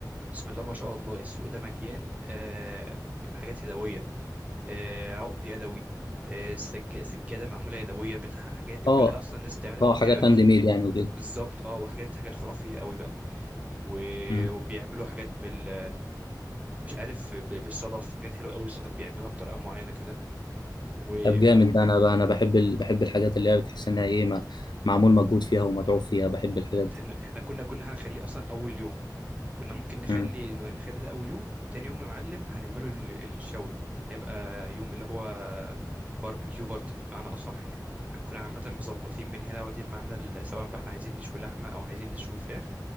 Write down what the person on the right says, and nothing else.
بسم الله ما شاء الله السوق ده مليان آه حاجات يدويه آه عقد يدوي آه سج... سجاده معموله يدويه بتاع الحاجات دي
كلها اصلا الناس بتعملها
قدامك
بالظبط اه وحاجات حاجات خرافيه قوي بقى و-
وبيعملوا حاجات بال مش عارف ب- بالصدف حاجات حلوه قوي الصدف بيعملوها بطريقه معينه كده وبالظبط
احنا احنا كنا كنا هنخليه اصلا اول يوم كنا ممكن نخلي
نخلي ده اول يوم وتاني يوم يا معلم هنعمله لل- للشوي هيبقى يوم اللي هو باربيكيو بارتي بمعنى اصح يعني هنكون عامه مظبطين من هنا واخدين معانا ال- سواء بقى احنا عايزين نشوي لحمه او عايزين نشوي فراخ